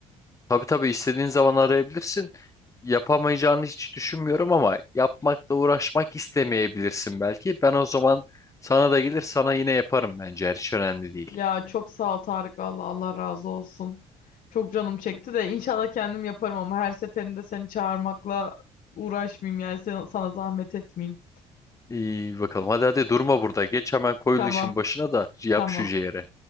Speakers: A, on the left; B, on the left.
A: Tabii tabii istediğin zaman arayabilirsin. Yapamayacağını hiç düşünmüyorum ama yapmakla uğraşmak istemeyebilirsin belki. Ben o zaman sana da gelir sana yine yaparım bence. Hiç önemli değil.
B: Ya çok sağ ol Tarık valla Allah razı olsun. Çok canım çekti de inşallah kendim yaparım ama her seferinde seni çağırmakla uğraşmayayım yani sen- sana zahmet etmeyeyim.
A: İyi bakalım. Hadi hadi durma burada. Geç hemen koyul
B: Tamam
A: işin başına da yap
B: tamam
A: şu ciğeri.